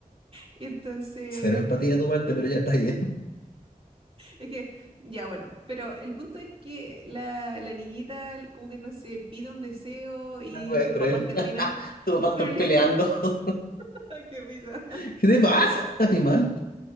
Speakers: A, on the right (about 40°); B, on the left (about 80°).
A: Entonces,
B: Cero empatía de tu parte, pero ya está ahí.
A: es que, ya bueno, pero el punto es que la, la niñita como que no sé, pide un deseo y
B: La wea
A: sus
B: es cruel.
A: papás terminan,
B: <laughs> Tu
A: <laughs>
B: papá
A: terminan,
B: están peleando.
A: <laughs> qué risa.
B: <laughs> ¿Qué te pasa, animal?